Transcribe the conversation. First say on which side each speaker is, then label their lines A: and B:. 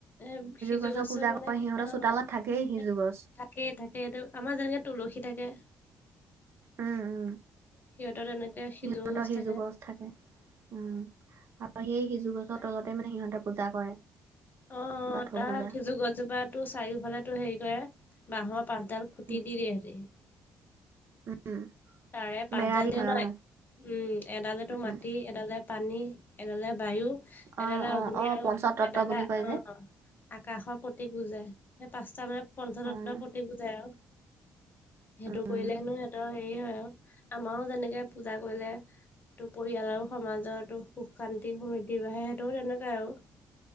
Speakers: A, on the left; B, on the right.
A: এ সিজু
B: গছৰ
A: গছে
B: পূজা
A: মানে
B: কৰে
A: সিহঁতৰ
B: চোতালত থাকেই সিজু
A: <unintelligible>
B: গছ
A: থাকেই থাকেই সেইটো, আমাৰ যেনেকৈ তুলসী থাকে।
B: উম উম।
A: সিহঁতৰ তেনেকে সিজু
B: সিহঁতৰ
A: গছ
B: সিজু
A: থাকে
B: গজ থাকে উম আৰু সেই সিজু গছৰ
A: অ',
B: তলতে মানে সিহঁতে পূজা কৰে
A: অ অ
B: বাথৌ
A: তাৰ
B: পূজা
A: সিজু গছজোপা তোৰ চাৰিওফালে তোৰ হেৰি কৰে বাঁহৰ পাচডাল খুটি
B: উম
A: দি দিয়ে এহেতি
B: উম
A: তাৰে পাচডাল
B: বেৰা দি
A: দিয়ে
B: থয়
A: নহ
B: অ
A: উম এডালেতো মাটী
B: উম
A: এডালে পানী এডালে বায়ু এডালে
B: অ অ
A: অগ্নি
B: অ
A: আৰু
B: পঞ্চতত্ব
A: এডালে
B: বুলি কয়
A: অ
B: যে
A: আকাশৰ প্ৰতীক বুজায় সেই পাঁচটা মানে পঞ্চতত্ন
B: উম
A: প্ৰতীক বুজায় আৰু সেইটো
B: উম
A: কৰিলে হেনো সিহতৰ হেৰি হয় আৰু আমাৰো যেনেকে পূজা কৰিলে টো পৰিয়াল আৰু সমাজো সুখ শান্তি সমৃদ্ধিৰ বাঢ়ে সেইটোও তেনেকুৱাই আৰু